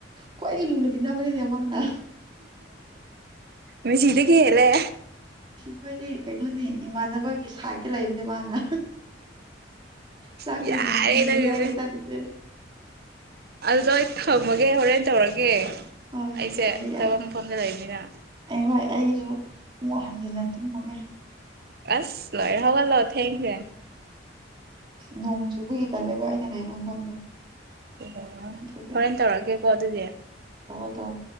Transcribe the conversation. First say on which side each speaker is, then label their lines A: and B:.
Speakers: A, on the right (about 25°); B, on the right (about 55°).
A: ꯈ꯭ꯋꯥꯏꯗꯒꯤꯩ ꯂꯨꯅ ꯇꯤꯟꯅꯕꯅꯤꯅꯦ ꯃꯥꯅ
B: ꯃꯤꯁꯤꯗ ꯀꯦꯂ
A: ꯑꯩꯈꯣꯏꯗꯤ ꯀꯩꯅꯣꯅꯤ ꯏꯃꯥꯟꯅꯕꯒꯤ ꯁꯥꯏꯗꯀꯤ ꯂꯩꯕꯅꯦ ꯃꯥꯅ ꯆꯀꯔꯤ
B: ꯌꯥꯔꯦ
A: ꯅ ꯎ
B: ꯅꯪꯒꯤꯁꯦ
A: ꯌꯥꯒꯦ ꯆꯂꯤꯁꯦ
B: ꯑꯗꯨꯗꯣ ꯑꯩ ꯊꯝꯃꯒꯦ ꯍꯣꯔꯦꯟ ꯇꯧꯔꯒꯦ
A: ꯍꯣꯏ
B: ꯑꯩꯁꯦ
A: ꯍꯣꯏ ꯌꯥꯏꯌꯦ ꯌꯥꯏꯌꯦ
B: ꯊꯕꯛ ꯃꯐꯝꯗ ꯂꯩꯅꯤꯅ
A: ꯑꯩ ꯍꯣꯏ ꯑꯩꯁꯨ ꯑꯃꯨꯛ ꯍꯟꯖꯤꯟꯅ ꯇꯨꯝꯃꯒꯦ
B: ꯑꯁ ꯂꯣꯏ ꯍꯕ ꯂꯣ ꯊꯦꯡꯨ
A: ꯅꯣꯡ ꯆꯨꯕꯒꯤ ꯇꯜꯂꯦꯕ ꯑꯩꯅ ꯂꯩꯕ ꯃꯐꯝꯗꯣ
B: ꯑꯣ
A: ꯑꯗꯨꯒꯤ
B: ꯍꯣꯔꯦꯟ ꯇꯧꯔꯛꯀꯦꯀꯣ ꯑꯗꯨꯗꯤ
A: ꯇꯣ